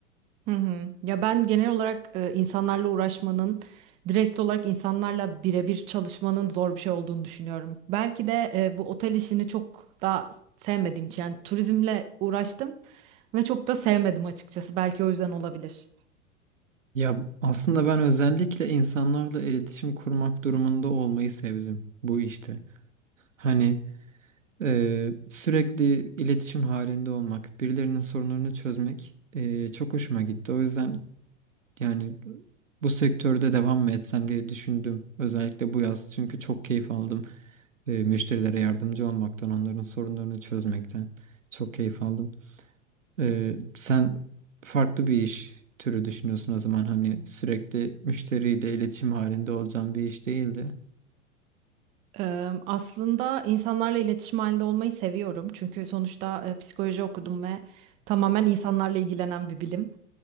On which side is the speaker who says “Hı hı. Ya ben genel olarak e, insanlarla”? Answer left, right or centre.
Right